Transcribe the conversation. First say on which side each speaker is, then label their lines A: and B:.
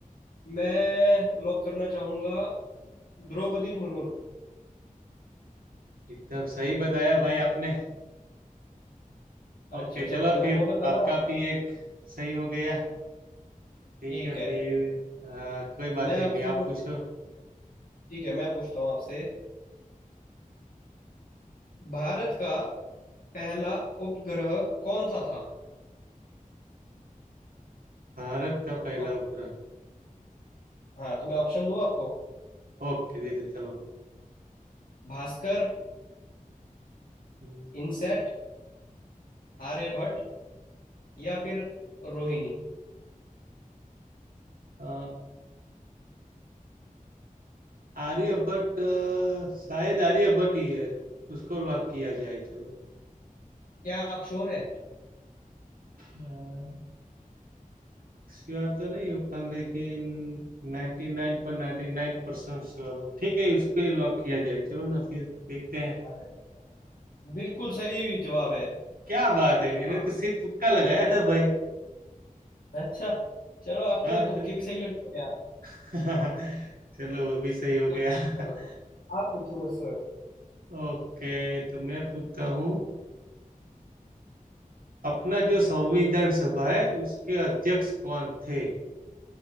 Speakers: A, on the left (about 75°); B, on the right (about 80°).
A: मैं लॉक करना चाहूंगा द्रौपदी मुर्मू को
B: एकदम सही बताया भाई आपने
A: अच्छा
B: ओके
A: चलो
B: चलो
A: मैंने
B: फिर
A: बोला था
B: आपका
A: ना
B: भी एक सही हो गया ठीक
A: ठीक
B: है
A: है
B: फिर हाँ, कोई बात
A: मैं
B: नहीं
A: आपसे
B: अभी आप
A: पूछ
B: पूछो
A: ठीक है मैं पूछता हूँ आपसे भारत का पहला उपग्रह कौन सा था
B: भारत का पहला
A: ऑप-
B: उपग्रह
A: हाँ तो मैं ऑप्शन दूँ आपको
B: ओके दे दो चलो
A: भास्कर
B: हम्म,
A: इनसेट आर्यभट्ट या फिर रोहिणी
B: अ, आर्यभट्ट अ, शायद आर्यभट्ट ही है उसको लॉक किया जाए चलो
A: क्या आप श्योर है
B: आ, श्योर तो नहीं हो पर लेकिन 99.99 परसेंट श्योर हो ठीक है इसको ही लॉक किया जाए चलो ना फिर देखते हैं
A: अरे बिल्कुल सही जवाब है
B: क्या बात है मैंने
A: आप-
B: तो सिर्फ तुक्का लगाया था भाई
A: अच्छा चलो आपके
B: हाँ
A: तो तुक्के
B: तो
A: भी सही लग गए यार
B: <laughs> चलो वो भी सही हो गया
A: हाँ, चलो
B: <laughs>
A: आप पूछो मुझसे
B: ओके तो मैं पूछता हूँ अपना जो संविधान सभा है उसके अध्यक्ष कौन थे